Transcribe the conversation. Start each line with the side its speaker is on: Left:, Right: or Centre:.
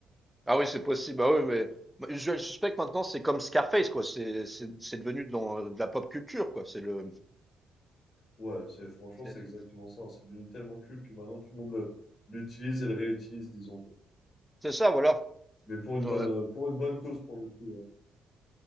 Centre: Ah oui, c'est possible. Ah oui, mais Usual Suspect maintenant, c'est comme Scarface, quoi. C'est c'est c'est devenu dans euh, de la pop culture, quoi. C'est le
Left: Ouais, c'est, franchement,
Centre: c'est
Left: c'est exactement ça. C'est devenu tellement culte que maintenant tout le monde le- l'utilise et le réutilise, disons.
Centre: c'est ça, voilà.
Left: Mais pour une
Centre: Ouais.
Left: bonne, euh, pour une bonne cause, pour le coup. ouais.